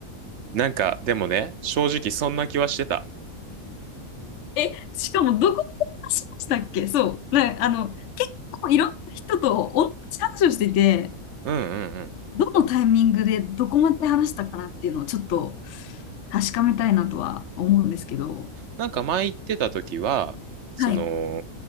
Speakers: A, on the right; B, on the left.
A: なんか、でもね、正直そんな気はしてた。
B: <laughs> え、しかもどこで話しましたっけそう。ね、あの、結構いろんな人と同じ話をしていて、
A: うんうんうん。
B: どのタイミングでどこまで話したかなっていうのをちょっと確かめたいなとは思うんですけど、
A: なんか前言ってた時は、その、
B: はい。